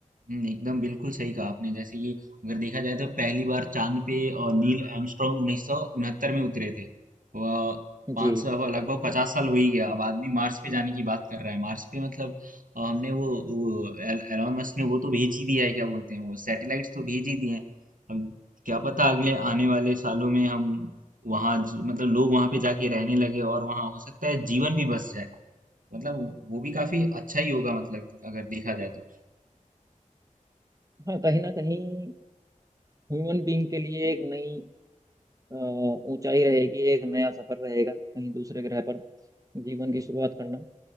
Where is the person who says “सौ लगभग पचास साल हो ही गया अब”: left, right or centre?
Right